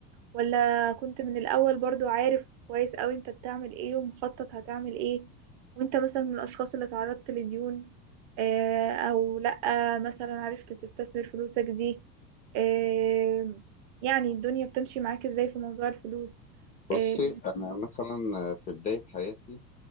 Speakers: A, on the right; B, on the left.
A: ولا كنت من الأول برضو عارف كويس أوي انت بتعمل ايه ومخطط هتعمل ايه وانت مثلا من الأشخاص اللي تعرضت لديون آه، أو لأ مثلا عرفت تستثمر فلوسك دي آه، يعني الدنيا بتمشي معاك ازاي في موضوع الفلوس اه
B: بصي انا مثلا في بدايه حياتي